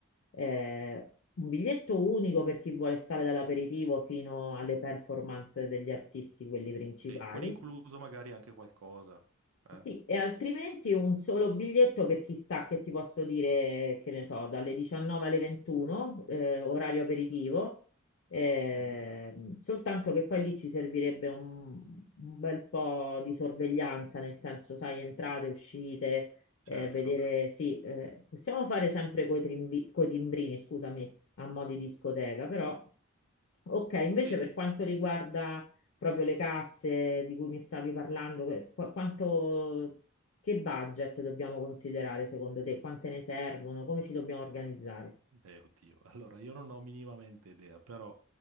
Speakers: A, on the left; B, on the right.
A: eh, un biglietto unico per chi vuole stare dall'aperitivo fino alle performance degli artisti, quelli principali
B: sì, con incluso magari anche qualcosa. Eh?
A: sì, e altrimenti un solo biglietto per chi sta, che ti posso dire, che ne so, dalle 19 alle 21, eh, orario aperitivo, ehm,
B: Mhm,
A: soltanto che poi lì ci servirebbe un, un bel po' di sorveglianza, nel senso, sai, entrate, uscite, eh,
B: certo.
A: vedere, sì, eh, possiamo fare sempre coi trimbi- coi timbrini, scusami, a mo' di discoteca, però... Ok, invece
B: Sì,
A: per quanto riguarda proprio le casse di cui mi stavi parlando, che- qua- quanto, che budget dobbiamo considerare secondo te? Quante ne servono? Come ci dobbiamo organizzare?
B: Beh, oddio, <laughs> allora io non ho minimamente idea, però